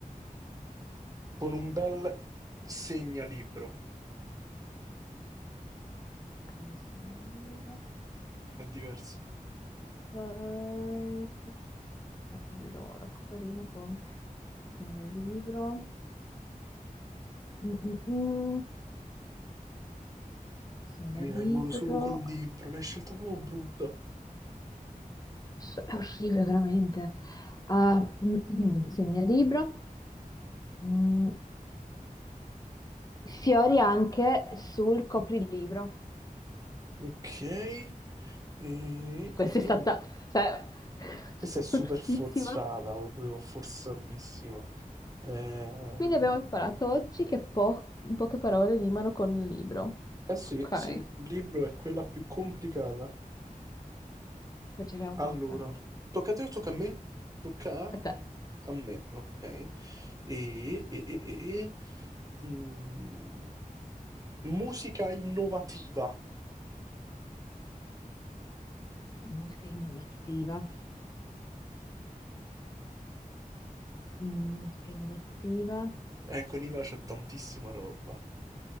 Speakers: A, on the right (about 25°); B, on the left (about 25°).
A: Con un bel segnalibro,
B: Ok, segno il libro.
A: è diverso.
B: Ok. Allora, cosa rima con segnalibro? Mm, mm, mm. Segnalibro.
A: Mi vengono solo col libro, l'hai scelta proprio brutta.
B: S- È orribile, veramente. Ah, mm, mm. Segnalibro. Mm. Fiori anche sul coprilibro.
A: Ok, e, e-
B: Questa
A: e-
B: è Sì. stata, cioè, <laughs>
A: questa è super
B: bruttissima.
A: forzata, proprio forzatissima. Ehm,
B: Quindi abbiamo imparato oggi che po- in poche parole rimano con un libro.
A: eh sì,
B: Ok,
A: sì, il libro è quella più complicata.
B: Poi ce l'abbiamo
A: Allora,
B: fatta.
A: tocca a te o tocca a me? Tocca a,
B: a te.
A: a me, ok. E, e- e- e- e- mm, musica innovativa.
B: Musica innovativa. Mm, Musica innovativa.
A: Eh, con Iva c'è tantissima roba.